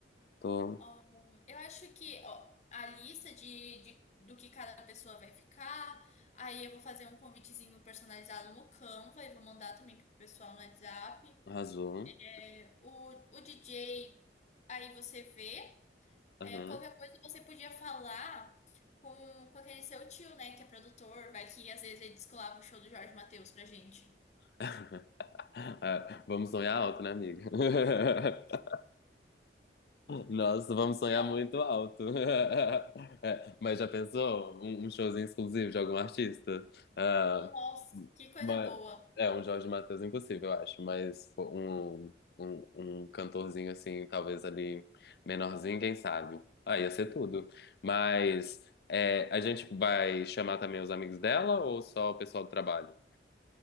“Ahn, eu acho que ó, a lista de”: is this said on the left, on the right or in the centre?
Left